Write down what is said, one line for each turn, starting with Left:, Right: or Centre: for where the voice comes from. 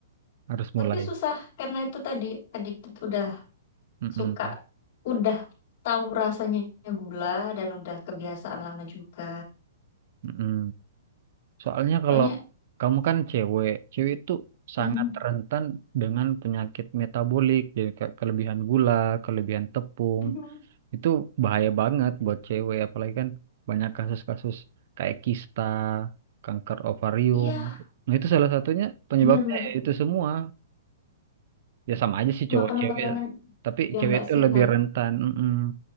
Right: harus mulai.
Left: tapi susah karena itu tadi addicted udah
Right: Mm-mm.
Left: suka udah tahu rasanya gula dan udah kebiasaan lama juga
Right: Mm-mm. Soalnya kalau
Left: soalnya
Right: kamu kan cewek, cewek itu sangat
Left: mm,
Right: rentan dengan penyakit metabolik, jadi ke- kelebihan gula, kelebihan tepung,
Left: <laughs>
Right: itu bahaya banget buat cewek, apalagi kan banyak kasus-kasus kayak kista, kanker ovarium.
Left: iya
Right: Nah itu salah satunya penyebabnya
Left: benar-benar
Right: ya itu semua. Ya sama aja sih cowok
Left: makanan-makanan
Right: cewek, tapi
Left: yang
Right: cewek
Left: nggak
Right: itu
Left: sehat
Right: lebih rentan, mm